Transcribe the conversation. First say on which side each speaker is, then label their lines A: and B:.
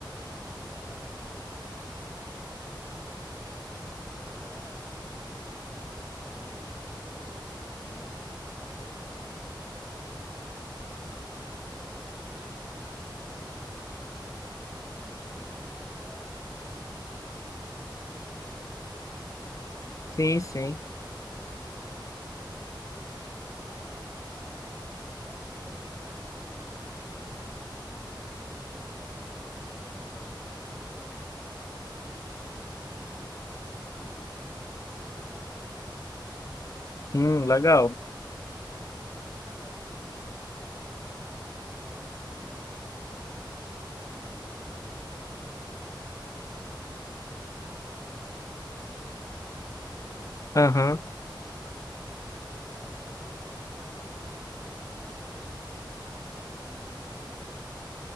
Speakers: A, on the left; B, on the left.
A: tem que ter. Aqui, não, aqui tem bastante, tem bastante variedade, marca, tem uma concorrência boa e, e isso é uma indústria que cada vez mais, eu acho, tem pesquisa, tem público, então vai diversi- diversificando. Provavelmente aí é isso que falta, concorrência, então quem faz acaba botando o preço que quer, né?
B: Sim,
A: Porque
B: sim.
A: ou tu compra ou não compra. Então, né? Mas eu acho que tá avançando muito, que nem, por exemplo, leite, leite de aveia. Eu tomo leite de aveia faz alguns anos já, que eu não. Ih, faz alguns bons anos que eu nunca mais comprei leite de vaca. Então,
B: Hum, legal.
A: e assim, porque, por exemplo, leite de soja eu já nunca gostei. Eu acho que tem um gosto assim estranho. O leite de aveia já achei com o gosto, a textura, tudo bem mais parecido com leite normal. E
B: Aham.
A: tem algumas marcas que já estão quase iguais, assim. Ele é bem branco e ele praticamente não tem gosto.